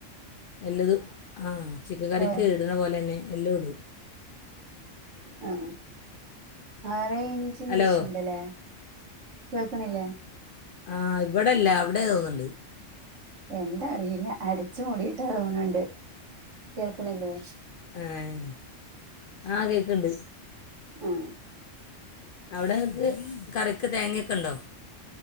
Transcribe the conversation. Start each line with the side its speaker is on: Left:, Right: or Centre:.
Left: എല്ലതു അഹ് ചിക്കൻകറിക്ക്
Right: പോയോ
Left: ഇട്ണപോലെന്നെ എല്ലു ഇടു
Right: ആഹ് ആറേ ഇഞ്ചുണ്ടെഷല്ലെ
Left: ഹലോ
Right: കേൾക്കണില്ലേ
Left: ആഹ് ഇവിടെല്ല അവിടെ തോന്ന്ണ്ട്
Right: എന്തറിയില്ല അടച്ച്മുടിയിട്ടാ തോന്നുണ്ട് കേൾക്ണ് ല്ലേ
Left: ഏഹ് ആഹ് കേക്ക്‌ണ്ട്
Right: ഏഹ്
Left: അവിടെ ത് കറിക്ക് തേങ്ങയ്ക്കെണ്ടോ